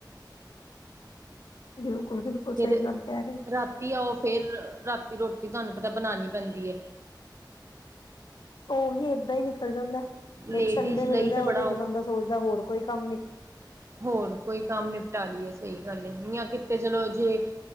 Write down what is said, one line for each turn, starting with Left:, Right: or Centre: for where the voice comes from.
Left: ਬਿਲਕੁਲ -ਬਿਲਕੁਲ, ਸਹੀ
Right: ਫੇਰ
Left: ਗੱਲ ਕਹਿ ਰਹੇ
Right: ਰਾਤੀ ਆਓ ਫੇਰ, ਰਾਤੀ ਰੋਟੀ ਤੁਹਾਨੂੰ ਪਤਾ ਬਣਾਉਣੀ ਪੈਂਦੀ ਹੈ।
Left: ਉਹੀ ਏਦਾਂ ਹੀ ਨਿਕਲ ਜਾਂਦਾ, ਇੱਕ
Right: ਲੇਡੀਜ਼
Left: ਸੰਡੇ ਮਿਲਦਾ
Right: ਲਈ ਤੇ ਬੜਾ
Left: ਉਹਦੇ ਚ ਬੰਦਾ ਸੋਚਦਾ ਹੋਰ ਕੋਈ ਕੰਮ ਨਹੀਂ
Right: ਹੋਰ ਕੋਈ ਕੰਮ ਨਿਪਟਾ ਲਈਏ ਸਹੀ ਗੱਲ ਹੈ ਜਾਂ ਕਿਤੇ ਚਲੋ ਜੇ।